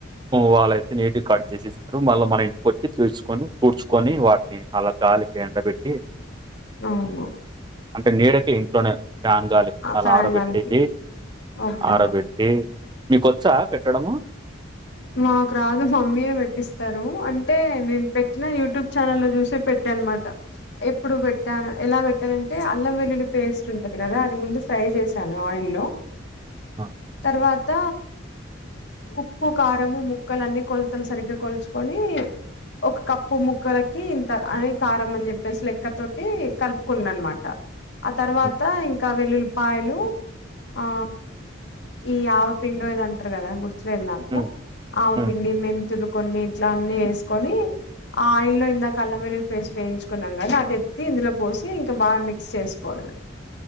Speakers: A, on the right (about 20°); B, on the left (about 60°).
A: వాళ్ళయితే నేటి కడ్ చేసిస్తారు మళ్ళీ మన ఇంటికి వచ్చి చూసుకొని <unintelligible> ని వాటిని అలా గాలకి ఎండ పెట్టి
B: అవును
A: అంటే నీడకి ఇంట్లోనే ఫ్యాన్ గాలికి అలా
B: ఫ్యాన్గాలికి
A: ఆరబెట్టేసి
B: ఓకే
A: ఆరబెట్టి మీకొచ్చా పెట్టడము
B: మాకు రాదు మమ్మీయే పెట్టిస్తరు అంటే నేను పెట్టిన యూట్యూబ్ ఛానల్ లో చూసి పెట్ అనమాట ఎప్పుడు పెట్టాను ఎలా పెట్టానంటే అల్లం వెల్లులి పేస్ట్ ఉంటది కదా అది ముందు ఫ్రై <unintelligible>
A: ఆ!
B: తర్వాత ఉప్పు కారము ముక్కలు అన్నీ కొలతలు సరిగ్గ కొలుచుకొని ఒక కప్పు ముక్కలకి ఇంత అని కారం అని చెప్పేసి లెక్క తోటి కలుపుకున్నా అనమాట ఆ తర్వాత
A: హ్మ్.
B: ఇంక వెల్లులిపాయలు ఆ ఇ ఆవ పిండుో ఏదో అంటారు కదా గుర్తులేదు నాకు
A: హ్మ్.
B: ఆవపిండి
A: హ్మ్.
B: మెంతులు కొన్ని ఇట్ల అన్నీ వేసుకొని ఆ ఆయిల్ లో ఇందాక అల్లం వెల్లుల్లి పేస్ట్ వేయించుకున్నాం కాదనీ అది ఎత్తి ఇందులో పోసి ఇంకా బాగా మిక్స్ చేసుకోవదు